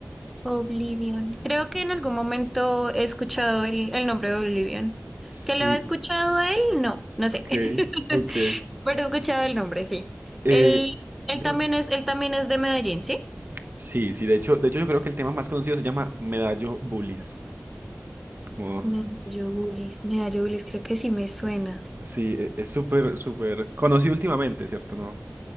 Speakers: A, in the centre; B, on the right (about 45°).
A: Oblivion. Creo que en algún momento he escuchado el, el nombre de Oblivion.
B: Sí,
A: ¿Que lo he escuchado a él? No, no sé.
B: ok,
A: <laughs>
B: ok.
A: Pero he escuchado el nombre, sí.
B: Eh,
A: Él, él
B: dime.
A: también es, él también es de Medellín, ¿sí?
B: Sí, sí, de hecho, de hecho yo creo que el tema más conocido se llama Medallo Bullies. Como-
A: Medallobulis, Medallobulis, creo que sí me suena.
B: sí, e- es súper, súper conocido últimamente, ¿cierto? No,